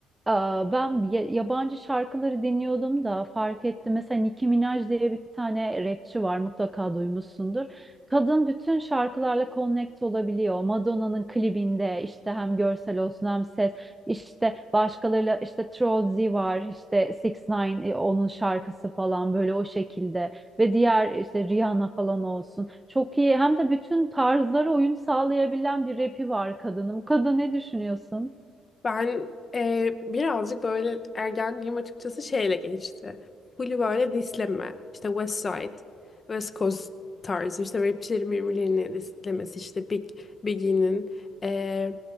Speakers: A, on the right (about 15°); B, on the left (about 35°).
A: Aa, Ben ya- yabancı şarkıları dinliyordum da fark ettim. Mesela Nicki Minaj diye bir tane rapçi var mutlaka duymuşsundur. Kadın bütün şarkılarla connect olabiliyor. Madonna'nın klibinde işte hem görsel olsun hem ses işte başkalarıyla işte Trolley var işte Six Nine e, onun şarkısı falan böyle o şekilde ve diğer işte Rihanna falan olsun. Çok iyi hem de bütün tarzlara uyum sağlayabilen bir rapi var kadının. Bu kadın ne düşünüyorsun?
B: Ben e, birazcık böyle ergenliğim açıkçası şeyle geçti. Full böyle disleme. İşte West Side, West Coast tarzı işte rapçilerin birbirlerini dislemesi. işte Big, Biggie'nin, e,